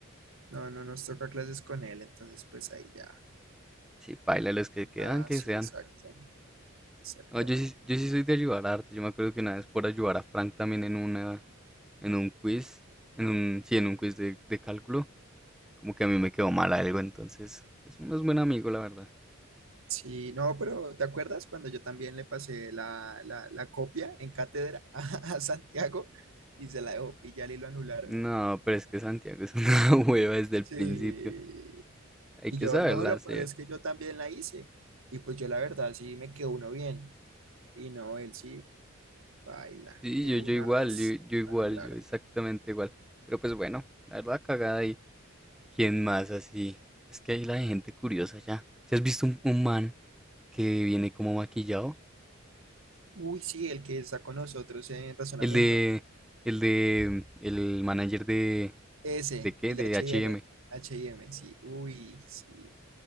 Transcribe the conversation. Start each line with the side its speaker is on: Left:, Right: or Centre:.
Right: No, no nos toca clases con él, entonces pues ahí ya.
Centre: Sí, paila los que quedan,
Right: Ah,
Centre: que
Right: sí,
Centre: sean.
Right: exacto, exactamente.
Centre: No, yo sí, yo sí soy de ayudar harto. Yo me acuerdo que una vez por ayudar a Frank también en una, en un quiz, en un, sí, en un quiz de, de cálculo, como que a mí me quedó mal algo, entonces es un es buen amigo, la verdad.
Right: Sí, no, pero ¿te acuerdas cuando yo también le pasé la, la, la copia en cátedra <laughs> a, Santiago y se la dejó pillar y lo anularon?
Centre: No, pero es que Santiago es una <laughs> hueva desde el
Right: Sí,
Centre: principio. Hay
Right: y
Centre: que
Right: yo,
Centre: saberla
Right: no, lo
Centre: hacer.
Right: peor es que yo también la hice y pues yo la verdad sí me quedó uno bien y no, él sí, baila,
Centre: Sí,
Right: de
Centre: yo, yo
Right: una
Centre: igual,
Right: vez
Centre: yo, yo igual,
Right: lo anularon.
Centre: yo exactamente igual. Pero pues bueno, la verdad cagada y quién más así. Es que hay la de gente curiosa ya. ¿Si has visto un, un man que viene como maquillado?
Right: Uy, sí, el que está con nosotros en razonamiento.
Centre: El de, el de, el manager de,
Right: Ese,
Centre: ¿de qué?
Right: el
Centre: De
Right: de H
Centre: H&M.
Right: y M
Centre: O
Right: H&M. M sí. Uy, sí.